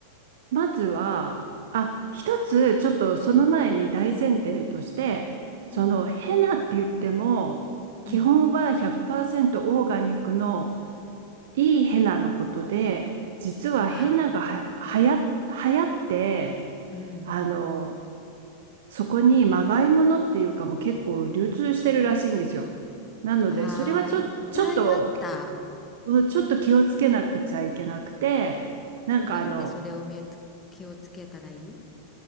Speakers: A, on the right; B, on the left.
A: まずは、あ、一つ、ちょっとその前に大前提として、そのヘナって言っても、
B: うん
A: 基本は100%
B: うん
A: オーガニックのいいヘナのことで、実はヘナがは、
B: ああーなるほど
A: はや、流行って、
B: うん
A: あの、そこにまがいものっていうかもう結構流通してるらしいんですよ。なので、
B: ああーいっぱいあった
A: それはちょっと、ちょっと、うんちょっと気をつけなくちゃいけなくて、
B: い
A: なんかあの、
B: どうやってそれを見つ気をつけたらいい